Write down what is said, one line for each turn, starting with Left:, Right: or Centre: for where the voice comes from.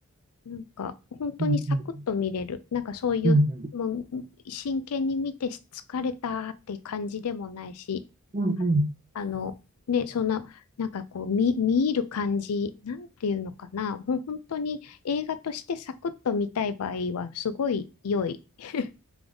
Left: なんか、本当にサクッと見れる。
Right: うんうん。
Left: なんかそういう、
Right: うんうん。
Left: もう、真剣に見て疲れたって感じでもないし、
Right: うんうん。
Left: あの、ね、そんな、なんかこう、見、見入る感じ、なんていうのかな。ほん本当に映画としてサクッと見たい場合は、すごい良い。<laughs>